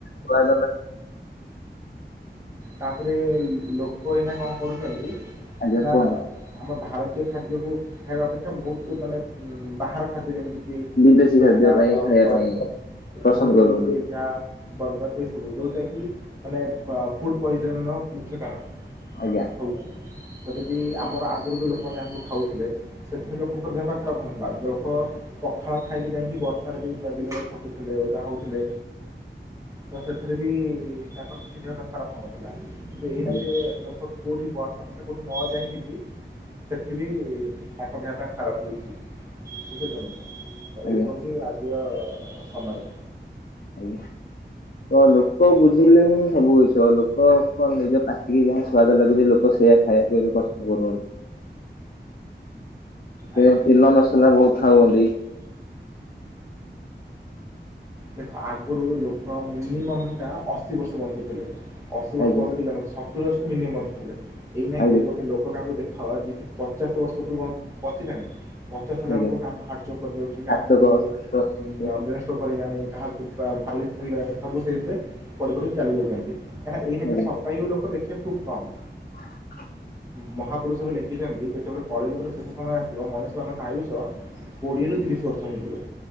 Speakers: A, on the left; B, on the right.
A: ଛୁଆ ଜନ୍ମ
B: ତାପରେ ଲୋକ ଏଇନା କଣ କରୁଛନ୍ତି
A: ଆଜ୍ଞା
B: ନା
A: କୁହନ୍ତୁ
B: ଆମ ଭାରତ ସେ ଖାଦ୍ୟକୁ ଖାଇବା ଅପେକ୍ଷା ବହୁତ ମାନେ ବାହାର ଖାଦ୍ୟ ଯେମିତିକି
A: ବିଦେଶୀ
B: ପିଜା
A: ଖାଦ୍ୟ
B: ହେଲା
A: ପାଇଁ
B: ବା
A: ଖାଇବା ପାଇଁ
B: ହବସ।
A: ପସନ୍ଦ
B: ନୁଡୁଲସ
A: କରୁଛନ୍ତି
B: ପିଜ୍ଜା ବର୍ଗ ଏ ସବୁ ଯୋଉଟା କି ମାନେ ଫୁଡ ପଏଜନର ମୁଖ୍ୟ କାରଣ।
A: ଆଜ୍ଞା।
B: ହଉ ତ ଯଦି ଆମର ଆଗରୁ ଯୋଉ ଲୋକମାନେ ଯାହାକୁ ଖାଉଥିଲେ ସେଥିରେ ଲୋକଙ୍କର ଦେହ ଖରାପ ହେନଥିଲା ଲୋକ ପଖାଳ ଖାଇକି ଯାଇକି ବର୍ଷାରେ ବି ବିଲରେ ଥିଲେ ଓଦା ହଉଥିଲେ ତ ସେଥିରେ ବି ତାଙ୍କର କିଛି ଦେହପା କର୍ମ ହେଉଥିଲା ଏବେ ଏହିନାକେ
A: ଆଜ୍ଞା
B: ଲୋକ କଉଠି ବର୍ଷା ଫର୍ଷା ନ ଯାଇକି ବି ସେଠିବି ତାଙ୍କ ଦେହଟା ଖରାପ ହେଉଛି ବୁଝୁ ଏଇ
A: ଆଜ୍ଞା
B: ହଉଛି ଆଜିର ସମୟ।
A: ଆଜ୍ଞା। ତ ଲୋକ ବୁଝିଲେ ହିଁ ସବୁ କିଛି ହେବ ଲୋକଙ୍କ ନିଜ ପାଟିକି ଯାହା ସ୍ଵାଦ ଲାଗୁଛି ଲୋକ ସେଇଆ ଖାଇବାକୁୁ ଏବେ ପସନ୍ଦ କରୁଛନ୍ତି
B: ଆଜ୍ଞା
A: ଏ ତିଲ
B: ହଁ
A: ମସଲା ବହୁତ ଥାଉହନ୍ତି
B: ଦେଖ ଆଗରୁ ଲୋକ ମିନିମମ୍ ଟା ଅଶୀ ବର୍ଷ ବଞ୍ଚୁଥିଲେ। ଅଶୀ ବର୍ଷ
A: ଆଜ୍ଞା
B: ତଳକୁ କେହି ଜଣେ ନାହିଁ ସତୁରୀ ଅଶୀ ତ ମିନିମମ ବଞ୍ଚୁଥିଲେ ଏଇ ନେ
A: ଆଜ୍ଞା
B: କେହି ଗୋଟେ ଲୋକ କାହାକୁ ଦେଖାଅ ଯିଏ ପଚାଶ ବର୍ଷ ପୂର୍ବ ପହଁଚିଲାଣି- ପଚାଶ ହେଲା
A: ଆଜ୍ଞା।
B: ବେଳକୁ କାହାକୁ ହାର୍ଟଚକ୍ କରିଯାଉଛି କାହାକୁ
A: ଖାଚକ ଶାଗ,
B: ବ୍ରେନ୍ ଷ୍ଟ୍ରୋକ କରିଲାଣି କାହାକୁ- <unintelligible> ହେଇଗଲାଣି ସବୁ ସେଇଥିରେ ପଡି ପଡି ଚାଲିଯାଉଛନ୍ତି କାହିଁକିନା ଏଇନାକେ
A: ଆଜ୍ଞା
B: ଶତାୟୁ ଲୋକ ଦେଖିବା ଖୁବ କମ୍।
A: <unintelligible>
B: ମହାପୁରୁଷବି ଲେଖି- ଲେଖିଛନ୍ତି ଯେତେବେଳେ କଳି ଯୁଗର ଶେଷ ସମୟ ଆସିବ ମଣିଷମାନଙ୍କ ଆୟୁଷ କୋଡ଼ିଏରୁ ତିରିଶ ବର୍ଷ ହେଇଯିବ